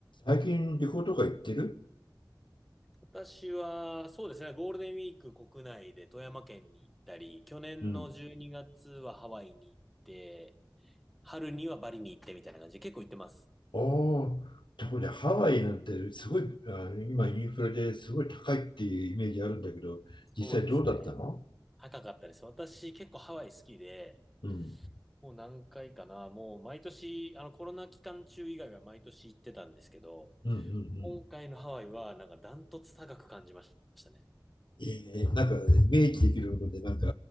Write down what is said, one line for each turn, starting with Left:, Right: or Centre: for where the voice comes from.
Left: 最近旅行とか行ってる
Centre: 私は、そうですね、ゴールデンウィーク国内で富山県に行ったり、去年の12月はハワイに行って、
Left: うん。
Centre: 春にはバリに行ってみたいな感じで結構行ってます。
Left: ああ、ところでハワイなんてすごい、あ今インフレですごい高いっていうイメージあるんだけど、
Centre: そうですね。
Left: 実際どうだったの
Centre: 高かったです。私結構ハワイ好きで、
Left: うん。
Centre: もう何回かな、もう毎年、あのコロナ期間中以外は毎年行ってたんですけど、
Left: うんうんうん。
Centre: 今回のハワイはなんかダントツ高く感じましたね。
Left: えー、なんかイメージできるもので、なんか